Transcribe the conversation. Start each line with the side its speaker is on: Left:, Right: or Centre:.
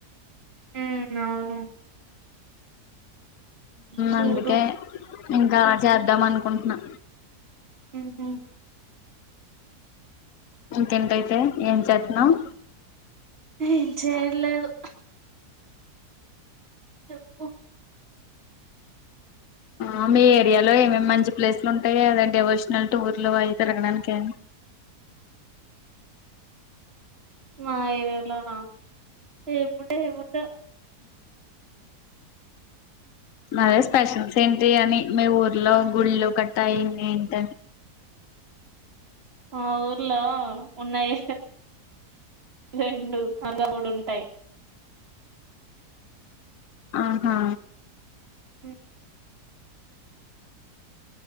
Right: ఉమ్ అవును చూడు
Left: అందుకే ఇంకా చేద్దాం అనుకుంటున్నా
Right: హ
Left: ఇంకెంటైతే ఏం చేస్తున్నావు
Right: ఏం చేయర్లేదు చెప్పు
Left: ఆ మీ ఏరియాలో ఏమేమి మంచి ప్లేసులు ఉంటాయి కదా డెవోషనల్ టూర్లు అవి తిరగడానినికి
Right: మా ఏర్యలోన ఏముంట ఏముండు
Left: న స్పెషల్ సీన్ బిర్యానీ మీ ఊర్లో గుళ్ళు కట్టాయింది ఏంట
Right: మా ఊర్లో ఉన్నాయి రెండు అలా కూడాడు ఉంటాయి
Left: ఆహా
Right: ఎ